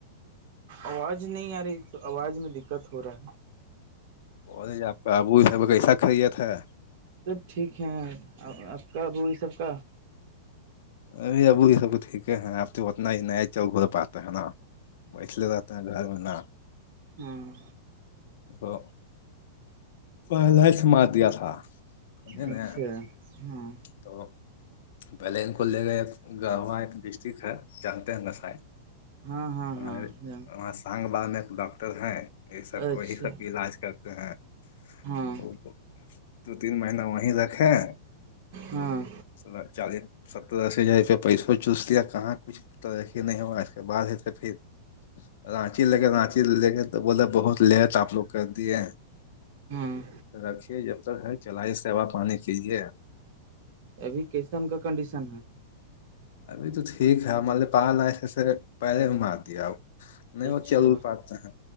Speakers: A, on the right (about 50°); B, on the left (about 65°).
A: آواز نہیں آ رہی تو آواز میں دقت ہو رہا ہے
B: وہ نہیں ج آپ کا ابو یہ س کیسا خریت ہے
A: سب ٹھیک ہے آپ کا ابوی سب کا
B: ا اب یہ سب تو ٹھیک ہے ہیں اب تو اتنا ہی نیا ہی چل گھول پاتے ہے نا بیٹھلے رہاتتے ہیں گھر میں نا
A: ہوں
B: وہ پہلا ہی سمار دیا تھا سمجھے
A: اچھا
B: نا
A: ہاں
B: تو پہلے ان کو لے گ ایک گ وہاں ایک ڈسٹرک ہے جانتے ہیں گسائ
A: ہاں ہاں
B: وہ
A: ہاں جان
B: سانگ با میں ایک ڈاکٹر ہیں یہ سب کو
A: اچھا
B: یہی سب علاج کرتے ہیں
A: ہاں
B: ا دو تین مہینہ وہیں رکھے
A: ہاں
B: س چالیس ستر د ہزار روپیہ پیسہ چوس لیا کہاں کچھ تو ای ہی نہیں ہوا اس کے بعد ہی تو پھر رانچی لے کے رانچی لے کے تو بولے بہت لیٹ آپ لوگ کر دیے
A: ہاں
B: رکھیے جب تک ہے چلائی سیوا پانی کیجے
A: ابھی کیسن کا کنڈیشن ہے
B: ابھی تو ٹھیک ہے ہمارے پا ایسے سے پہلے میں مار دیاؤ نہیں
A: اچھا
B: وہ چل پاتتا ہیں